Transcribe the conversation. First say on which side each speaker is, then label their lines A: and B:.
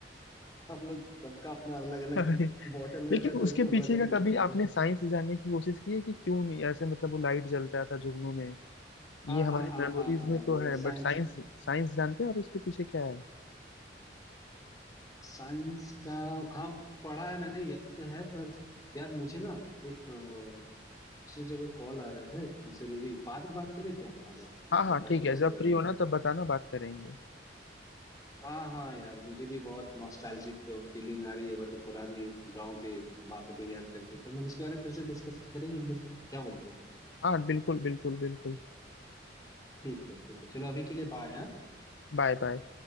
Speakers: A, on the left; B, on the left.
A: <laughs> हम लोग सबका अपना अलग अलग
B: हाँ।
A: बॉटल
B: लेकिन
A: रहता
B: उसके
A: था उसमें
B: पीछे
A: भर
B: का
A: के रखते
B: कभी
A: थे
B: आपने साइंस जानने की कोशिश की है कि क्यों नहीं ऐसे मतलब वो लाइट जलता था जुगनू में ये
A: हाँ
B: हमारी
A: हाँ हाँ
B: मेमोरीज
A: हाँ
B: में
A: हाँ
B: तो
A: वो
B: है
A: साइंस
B: बट साइंस साइंस जानते हो आप इसके पीछे क्या है
A: साइंस का हाँ पढ़ा है मैंने याद तो है पर यार मुझे ना एक अ, दूसरी जगह कॉल आ रहा है जरूरी बाद में बात करें क्या अगर-
B: हाँ
A: मतलब
B: हाँ
A: भाई
B: ठीक है
A: इसके
B: जब
A: बारे
B: फ्री हो
A: में
B: ना तब बताना बात करेंगे
A: हाँ हाँ यार मुझे भी बहुत नॉस्टैल्जिक फीलिंग आ रही है मतलब पुरानी गांव के बातों को याद करके तो हम लोग इसके बारे में फिर से डिस्कस करेंगे एक दिन क्या बोलते हो
B: हाँ बिल्कुल बिल्कुल बिल्कुल
A: ठीक है ठीक है चलो अभी के लिए बाय
B: Bye bye